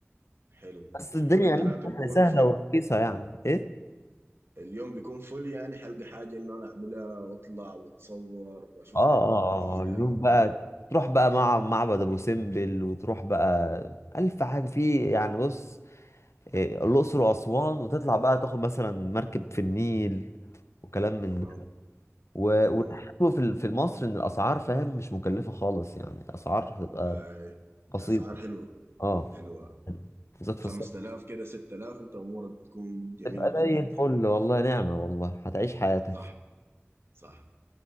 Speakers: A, on the right; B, on the left.
A: حلو
B: بس الدنيا
A: واليومين
B: هناك
A: ثلاثة بيكونوا
B: سهله سهلة
A: فل
B: ورخيصه يعني ايه
A: اليوم بيكون فل يعني حلقة حاجة إنه أنا أعملها وأطلع وأتصور وأشوف
B: اه
A: حاجات
B: اه
A: جديدة
B: اه اليوم
A: وكده
B: بقى تروح بقى مع معبد ابو سمبل وتروح بقى الف حاجه في يعني بص إيه، الاقصر واسوان وتطلع بقى تاخد مثلا مركب في النيل وكلام من
A: تمام
B: ده و-
A: تمام
B: والحلو في ال- في مصر ان الاسعار فاهم مش مكلفه خالص يعني اسعار هتبقى
A: آي
B: بسيطه
A: أسعار حلوة
B: اه
A: حلوة
B: بالذات
A: 5000
B: في الصيف
A: كده 6000 أنت أمورك بتكون جميلة
B: تبقى زي
A: جدا جدا
B: الفل والله نعمة والله هتعيش حياتك
A: صح صح